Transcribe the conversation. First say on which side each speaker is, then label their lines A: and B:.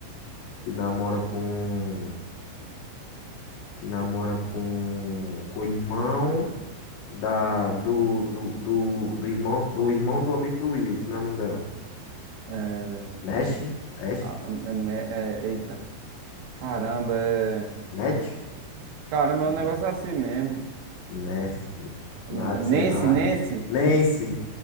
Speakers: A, on the left; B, on the right.
A: que namora com, que namora com, com o irmão da, do, do, do, do irmão, do irmão do amigo do Will, como é o nome dela?
B: É,
A: Nash? Ash?
B: a- é- é- eita, caramba, é,
A: Matt?
B: caramba,
A: Não,
B: é um negócio assim mesmo.
A: Ness, Nath,
B: N-
A: sei
B: Nancy,
A: lá.
B: Nancy?
A: Nancy,